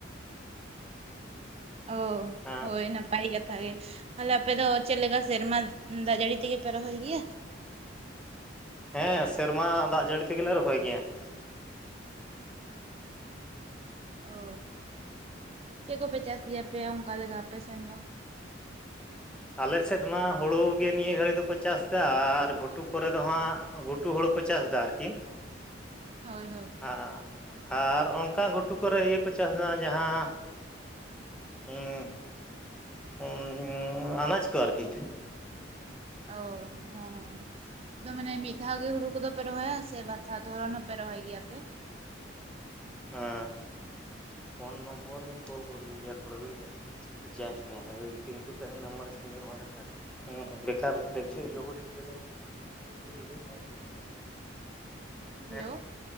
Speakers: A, on the right; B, in the centre.
A: ᱚ
B: ᱦᱮᱸ
A: ᱦᱳᱭ ᱱᱟ ᱱᱟᱯᱟᱭ ᱠᱟᱛᱷᱟ ᱜᱮ ᱾ ᱛᱟᱦᱚᱞᱮ ᱟᱯᱮ ᱫᱚ ᱪᱮᱫ ᱞᱮᱠᱟ ᱥᱮᱨᱢᱟ ᱫᱟᱜ ᱡᱟᱹᱲᱤ ᱛᱮᱜᱮ ᱯᱮ ᱨᱚᱦᱚᱭ ᱜᱮᱭᱟ?
B: ᱦᱮᱸ ᱥᱮᱨᱢᱟ ᱫᱟᱜ ᱡᱟᱹᱲᱤ ᱛᱮᱜᱮ ᱞᱮ ᱨᱚᱦᱚᱭ ᱜᱮᱭᱟ ᱾
A: ᱚ ᱪᱮᱫ ᱠᱚᱯᱮ ᱪᱟᱥ ᱜᱮᱭᱟᱯᱮ ᱚᱱᱠᱟ ᱞᱮᱠᱟ ᱟᱯᱮ ᱥᱮᱱ ᱫᱚ?
B: ᱟᱞ ᱥᱮᱫ ᱢᱟ ᱦᱩᱲᱩ ᱜᱮ ᱱᱤᱭᱟᱹ ᱜᱷᱟᱹᱲᱤᱡ ᱫᱚᱠᱚ ᱪᱟᱥ ᱫᱟ, ᱟᱨ ᱜᱷᱩᱴᱩ ᱠᱚᱨᱮ ᱫᱚ ᱦᱟᱸᱜ ᱜᱷᱩᱴᱩ ᱦᱩᱲᱩ ᱠᱚ ᱪᱟᱥ ᱫᱟ ᱟᱨᱠᱤ ᱾
A: ᱦᱳᱭ ᱦᱳᱭ ᱾
B: ᱟᱨ ᱟᱨ ᱚᱱᱠᱟ ᱜᱷᱩᱴᱩ ᱠᱚᱨᱮ ᱤᱭᱟᱹ ᱠᱚ ᱪᱟᱥᱫᱟ ᱡᱟᱦᱟᱸ ᱦᱩᱸ ᱾ ᱩᱸᱻ ᱟᱱᱟᱡᱽ ᱠᱚ ᱟᱨᱠᱤ ᱾
A: ᱚ, ᱦᱮᱸ ᱾ ᱟᱫᱚ ᱢᱟᱱᱮ ᱢᱤᱫ ᱫᱷᱟᱣ ᱜᱮ ᱦᱩᱲᱩ ᱠᱚᱫᱚᱯᱮ ᱨᱚᱦᱚᱭᱟ ᱥᱮ ᱵᱟᱨ ᱫᱷᱟᱣ ᱫᱷᱚᱨᱚᱱ ᱦᱚᱸᱯᱮ ᱨᱚᱦᱚᱭ ᱜᱮᱭᱟ ᱯᱮ ᱻ
B: ᱦᱮᱸ, ᱯᱷᱳᱱ ᱱᱚᱢᱵᱚᱨ ᱱᱤᱭᱮ ᱠᱚᱞ ᱠᱚᱨᱵᱤ ᱤᱭᱟᱨ ᱯᱚᱨᱮ ᱵᱩᱡᱞᱤ ᱾ ᱡᱟᱥ ᱱᱟ ᱯᱤᱝᱠᱚᱨ <inaudible> ᱱᱚᱢᱵᱟᱨ ᱠᱟᱨ ᱟᱢᱟᱨ ᱠᱟᱪᱷᱮ ᱟᱪᱷᱮ <inaudible> ᱾ ᱦᱩᱸ ᱵᱮᱠᱟᱨ ᱫᱮᱠᱪᱷᱩ ᱡᱚᱜᱚᱫᱤᱥ ᱜᱮᱞᱳ <inaudible> <unintelligible>
A: ᱦᱮᱞᱳ